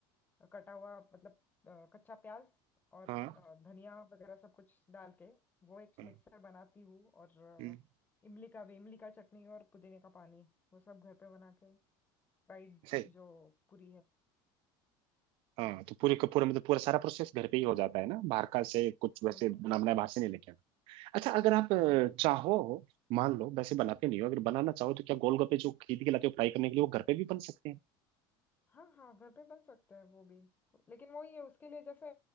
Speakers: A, on the left; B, on the right.
A: अ, कटा हुआ मतलब अ, कच्चा प्याज और
B: हाँ
A: अ, धनिया वगैरह सब कुछ डाल के वो एक
B: हाँ,
A: मिक्सर बनाती हूँ और अ,
B: हम्म,
A: इमली का भी इमली का चटनी और पुदीने का पानी वो सब घर पे बना के फ्राइड
B: सही
A: जो पूरी है
B: हाँ तो पूरी का पूरा मतलब पूरा सारा प्रोसेस घर पे ही हो जाता है ना बाहर का से कुछ
A: हाँ,
B: वैसे
A: घर
B: बना
A: पे
B: बनाया
A: हो जाता
B: बाहर से नहीं
A: है
B: लेके आना अच्छा अगर आप
A: हम्म
B: अ, चाहो मान लो वैसे बनाते नहीं हो अगर बनाना चाहो तो क्या गोलगप्पे जो खरीद के लाते हो फ्राई करने के लिए वो घर पे भी बन सकते हैं
A: हाँ हाँ घर पे बन सकता है वो भी लेकिन वही है उसके लिए जैसे